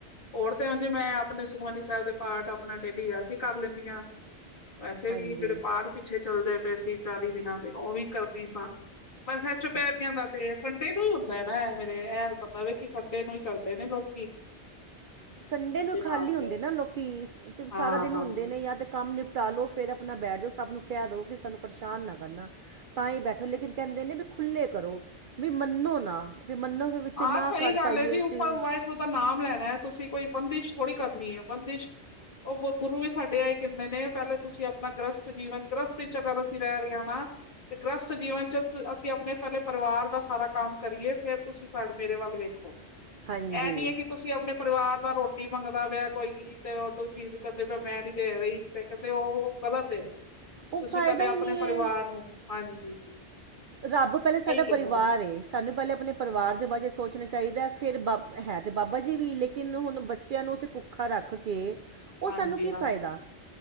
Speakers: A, on the left; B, on the right.
A: ਹੋਰ ਤੇ ਹ ਜੇ ਮੈਂ ਆਪਣੇ ਸੁਖਮਨੀ ਸਾਹਿਬ ਦੇ ਪਾਠ ਆਪਣਾ ਡੇਲੀ ਵੈਸੇ ਹੀ ਕਰ ਲੈਂਦੀ ਹਾਂ ਵੈਸੇ
B: ਹਾਂਜੀ
A: ਵੀ ਜਿਹੜੇ ਪਾਠ ਪਿੱਛੇ ਚੱਲਦੇ ਪਏ ਸੀ ਚਾਲੀ ਦਿਨਾਂ ਦੇ ਉਹ ਵੀ ਕਰਦੀ ਸਾਂ ਪਰ ਫਿਰ
B: ਹ
A: ਚੁਪੈਰੀਆਂ ਦਾੱਸ <unintelligible> ਤੇ ਸੰਡੇ ਨੂੰ ਹੀ ਹੁੰਦਾ ਨਾ ਇਹ ਮੇਰੇ ਇਹਲ ਪਤਾ ਵ ਕਿ ਸੰਡੇ ਨੂੰ ਹੀ ਕਰਦੇ ਨੇ ਲੋਕ-
B: ਸੰਡੇ ਨੂੰ ਖਾਲੀ
A: ਨਾਮ
B: ਹੁੰਦੇ
A: ਦੇ
B: ਨਾ ਲੋਕੀ ਸਾਰਾ
A: ਹਾਂ
B: ਦਿਨ
A: ਹਾਂ
B: ਹੁੰਦੇ ਨੇ ਜਾਂ ਤਾਂ ਕੰਮ ਨਿਪਟ- ਟਾਲੋ ਫੇਿਰ ਆਪਣਾ ਬੈਠ ਜਾਓ ਸਭ ਨੂੰ ਕਹਿ ਦਵੋ ਕਿ ਸਾਨੂੰ ਪਰੇਸ਼ਾਨ ਨਾ ਕਰਨਾ। ਤਾਂ ਹੀ ਬੈਠੋ ਲੇਕਿਨ ਕਹਿੰਦੇ ਨੇ ਵੀ ਖੁੱਲੇ ਕਰੋ ਵੀ, ਮੰਨੋ ਨਾ ਫ ਮੰਨੋ ਵਿੱਚ
A: ਹਾਂ
B: ਨਾ
A: ਸਹੀ
B: ਕਰ
A: ਗੱਲ
B: ਪਾਈਏ
A: ਹੈਏ ਜੀ
B: ਅਸੀਂ
A: ਉੱਪਰ ਉ- ਦਾ ਨਾਮ ਲੈਣਾ ਹੈ ਤੁਸੀਂ ਕੋਈ ਬੰਦਿਸ਼ ਥੋੜੀ ਕਰਨੀ ਹੈ ਬੰਦਿਸ਼ ਉਹ- ਗੁਰੂ ਵੀ ਸਾਡੇ ਆ ਹੀ ਕਹਿੰਦੇ ਨੇ ਪਹਿਲਾਂ ਤੁਸੀਂ ਆਪਣਾ ਗ੍ਰਸਤ ਜੀਵਨ ਗ੍ਰਸਤ ਵਿੱਚ ਅਗਰ ਅਸੀਂ ਰਹਿ ਰਹੇ ਵਾਂ- ਤੇ ਗ੍ਰਸਤ ਜੀਵਨ ਚ ਅਸੀਂ ਆਪਣੇ ਪਹਿਲੇ ਪਰਿਵਾਰ ਦਾ ਸਾਰਾ ਕੰਮ ਕਰੀਏ ਫੇਰ ਤੁਸੀਂ, ਸਾਡ ਮੇਰੇ ਵੱਲ ਵੇਖੋ,
B: ਹਾਂਜੀ
A: ਇਹ ਨੀ ਐ ਕਿ ਤੁਸੀਂ ਆਪਣੇ ਪਰਿਵਾਰ ਨਾਲ ਰੋਟੀ ਮੰਗਦਾ ਪਿਆ ਕੋਈ ਤੇ ਉਹ ਕਹਿੰਦੇ ਮੈਂ ਨੀ ਦੇ ਰਹੀ ਤੇ ਕਹਿੰਦੇ ਉਹ ਗ਼ਲਤ ਏ।
B: ਉਹ
A: ਤੁਸੀਂ
B: ਫਾਇਦਾ
A: ਪਹਿਲੇ
B: ਹੀ
A: ਆਪਣੇ
B: ਨਹੀਂ ਹੈ
A: ਪਰਿਵਾਰ ਨੂੰ, ਹਾਂਜੀ।
B: ਰੱਬ ਤੋਂ ਪਹਿਲੇ ਸਾਡਾ
A: ਕਹਿੰਦੇ
B: ਪਰਿਵਾਰ
A: ਨੇ
B: ਏ। ਸਾਨੂੰ ਪਹਿਲੇ ਆਪਣੇ ਪਰਿਵਾਰ ਦੇ ਬਾਰੇ ਸੋਚਣਾ ਚਾਹੀਦਾ ਫਿਰ ਬਾ ਹੈ ਤਾਂ ਬਾਬਾ ਜੀ ਵੀ ਲੇਕਿਨ ਹੁਣ ਬੱਚਿਆਂ ਨੂੰ ਅਸੀਂ ਭੁੱਖ ਖਾ ਰੱਖ ਕੇ, ਉਹ
A: ਹਾਂਜੀ
B: ਸਾਨੂੰ ਕੀ
A: ਹਾਂਜੀ
B: ਫਾਇਦਾ?